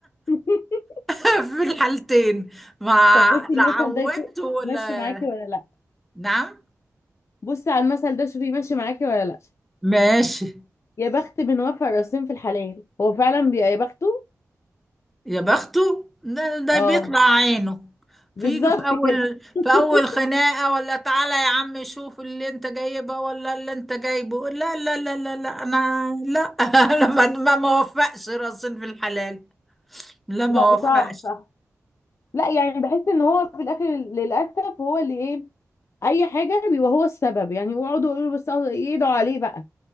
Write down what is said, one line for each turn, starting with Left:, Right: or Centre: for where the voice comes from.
Left: <laughs>
Centre: <laughs> في الحالتين ما
Left: طب بصي
Centre: لا
Left: المثل
Centre: عودت
Left: ده شو-
Centre: ولا
Left: ماشي معاكي ولا لا
Centre: نعم
Left: بصي على المثل ده شوفي ماشي معاكي ولا لا
Centre: ماشي
Left: يا بخت من وفى الراسين في الحلال هو فعلا بيبقى يا بخته
Centre: يا بخته ده, ده
Left: اه
Centre: بيطلع عينه
Left: بالظبط
Centre: فيجي في اول
Left: كده
Centre: في
Left: <laughs>
Centre: اول خناقه ولا تعالى يا عم شوف اللي انت جايبه ولا اللي انت جايبه لا لا لا لا لا انا لا <laughs> انا ما ما ما وفقش راسين في الحلال لا ما
Left: لا
Centre: وفقش
Left: صعب صح لا يعني بحس ان هو في الاخر للاسف هو اللي ايه اي حاجه بيبقى هو السبب يعني يقعدوا يقولوا بس أه يدعوا عليه بقى